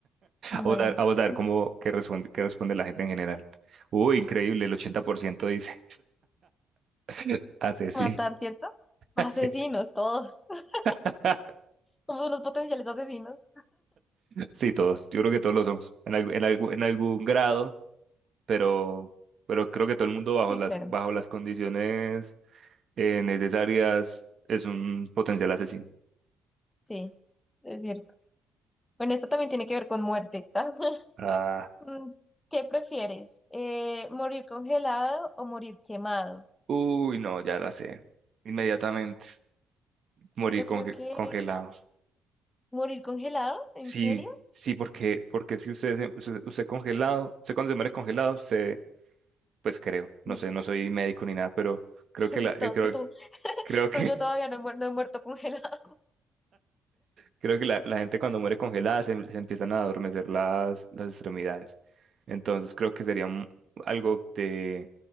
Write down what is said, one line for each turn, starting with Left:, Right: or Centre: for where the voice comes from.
Left: bueno,
Right: Vamos a ver, vamos a ver
Left: <laughs>
Right: cómo qué responde, qué responde la gente en general. Uy, increíble, el 80% dice <laughs> asesina.
Left: matar, ¿cierto? Asesinos,
Right: <laughs> Sí,
Left: todos, <laughs>
Right: <laughs>
Left: somos unos potenciales asesinos.
Right: Sí, todos. Yo creo que todos lo somos, en, algu- en, algu- en algún grado, pero, pero creo que todo el mundo bajo
Left: Sí,
Right: las,
Left: claro,
Right: bajo las condiciones eh, necesarias es un potencial asesino.
Left: sí, es cierto. Bueno, esto también tiene que ver con muerte. <laughs>
Right: Ah,
Left: Mm, ¿Qué prefieres? Eh, ¿morir congelado o morir quemado?
Right: uy, no, ya la sé. Inmediatamente morir
Left: Yo
Right: conge-
Left: creo que
Right: congelado.
Left: morir congelado,
Right: Sí,
Left: ¿en serio?
Right: sí, porque, porque si usted, se- usted, usted congelado, usted cuando se muere congelado, se pues creo, no
Left: Mm,
Right: sé, no soy médico ni nada, pero creo
Left: <laughs>
Right: que la, eh,
Left: Tú,
Right: creo,
Left: tú- tú-
Right: creo que,
Left: tú- yo
Right: <laughs>
Left: todavía no he, muer- no he muerto congelado,
Right: creo que la, la gente cuando muere congelada se, se empiezan a adormecer las, las extremidades. Entonces creo que sería un- algo de,